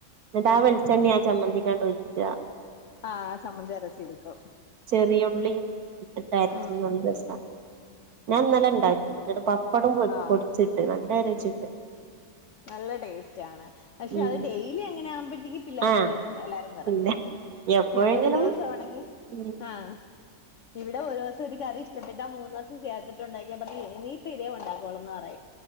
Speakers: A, on the right (about 75°); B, on the left (about 60°).
A: എന്നിട്ട്
B: ഉം
A: ആ വെളിച്ചെണ്ണയാ ആ ചമ്മന്തിക്കാണ്ട്‌ ഒഴിക്കുക
B: ആഹ് ചമ്മന്തി അരച്ചെടുക്കും
A: ചെറിയുള്ളിയും ഇട്ടിട്ടയരച്ച
B: ഉം
A: നല്ല രസമാണ് ഞാൻ ഇന്നലെ ഇണ്ടാക്കി പപ്പടം പൊ
B: ആഹ്
A: പൊടിച്ചിട്ട് നല്ല രുചി ഒണ്ട്
B: നല്ല ടേസ്റ്റ് ആണ് പക്ഷെ
A: ഉം
B: അത് ഡെയിലി അങ്ങനെ ആകുമ്പോഴത്തേക്ക്- പിള്ളാരും
A: ആഹ്
B: വെറുക്കും എല്ലാരും വെറുക്കും
A: പിന്നെ എപ്പോഴെങ്കിലും
B: ഈ ഒരു ദിവസ ആണെങ്കിൽ
A: ഉം
B: ആഹ് - ഇവിടെ ഒരു ദിവസം ഒരു കറി ഇഷ്ടപ്പെട്ടാ മൂന്ന് ദെവസം ചേർത്തിട്ട് ഉണ്ടാക്കിയാൽമതി - ഇപ്പൊ ഇതേ ഒണ്ടാക്കോള്ളന്ന് പറയും